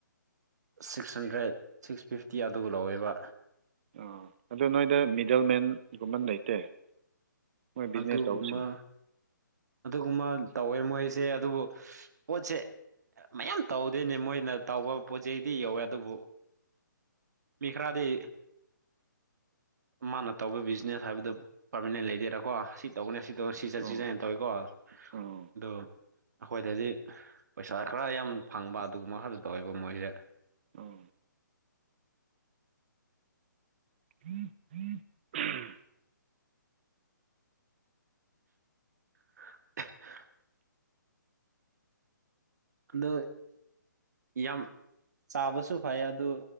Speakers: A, on the right; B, on the right.
A: ꯁꯤꯛꯁ ꯍꯟꯗ꯭ꯔꯦꯠ ꯁꯤꯛꯁ ꯐꯤꯐꯇꯤ ꯑꯗꯨꯒ ꯂꯧꯋꯦꯕ
B: ꯑꯥ ꯑꯗꯨ ꯅꯣꯏꯗ ꯃꯤꯗꯜ ꯃꯦꯟꯒꯨꯝꯕ ꯂꯩꯇꯦ ꯃꯣꯏ ꯕꯤꯖꯤꯅꯦꯁ
A: ꯑꯗꯨꯒꯨꯝꯕ
B: ꯇꯧꯕꯁꯤꯡ
A: ꯑꯗꯨꯒꯨꯝꯕ ꯇꯧꯋꯦ ꯃꯣꯏꯁꯦ ꯑꯗꯨꯕꯨ ꯄꯣꯠꯁꯦ ꯃꯌꯥꯝ ꯇꯧꯗꯦꯅꯦ ꯃꯣꯏꯅ ꯇꯧꯕ ꯄꯣꯠ ꯆꯩꯗꯤ ꯌꯧꯋꯦ ꯑꯗꯨꯕꯨ ꯃꯤ ꯈ꯭ꯔꯗꯤ ꯃꯥꯅ ꯇꯧꯕ ꯕꯤꯖꯤꯅꯦꯁ ꯍꯥꯏꯕꯗꯨ ꯄꯔꯃꯅꯦꯟ ꯂꯩꯗꯦꯔꯥꯀꯣ ꯁꯤ ꯇꯧꯅꯦ ꯁꯤ ꯇꯧ ꯁꯤꯖꯟ
B: ꯑꯣ
A: ꯁꯤꯟꯅ ꯇꯧꯋꯦꯀꯣ ꯑꯗꯣ
B: ꯑꯣ
A: ꯑꯩꯈꯣꯏꯗꯗꯤ ꯄꯩꯁꯥ ꯈꯔ ꯌꯥꯝ ꯐꯪꯕ ꯑꯗꯨꯒꯨꯝꯕ ꯈꯔ ꯇꯧꯋꯦꯕ ꯃꯣꯏꯁꯦ
B: ꯑꯣ ꯎꯝ ꯎꯝ <inaudible>
A: <inaudible> ꯑꯗꯨ ꯌꯥꯝ ꯆꯥꯕꯁꯨ ꯐꯩ ꯑꯗꯨ